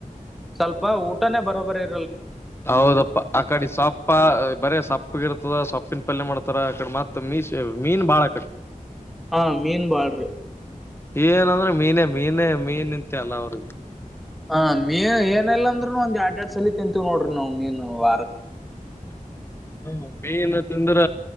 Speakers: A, in the centre; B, on the left (about 15°).
A: ಸ್ವಲ್ಪ ಊಟನೇ ಬರೋಬರಿ ಇ
B: ಹೌದಪ್ಪ ಆ ಕಡೆ ಸೊಪ್ಪ ಬರ ಸೊಪ್ಪಗಿರ್ತದ ಸೊಪ್ಪಿನ ಪಲ್ಯ ಮಾಡ್ತಾರ ಅಕಡೆ ಮತ್ತತ್ ಮೀ ಮೀನ್ ಬಾಳ ಅ ಕಡೆ
A: ಹಾ ಮೀನ್ ಬಾಳ್ರಿ
B: ಏನಂದ್ರೆ ಮೀನೇ ಮೀನೇ ಮೀನ್ ನಿಂತೆ ಅಲ್ಲ ಅವ್ರಿಗೆ
A: ಹ ಮೀನ್ ಏನಲ್ಲ ಅಂದ್ರರುನು ಒಂದ್ ಎರಡ್ ಎರಡ್ ಸಲ ತಿಂತೀವ್ ನೋಡ್ರಿ ನಾವ್ ಮೀನು ವಾರಕ್
B: ಹ ಮೀನ್ಂತಿಂದ್ರ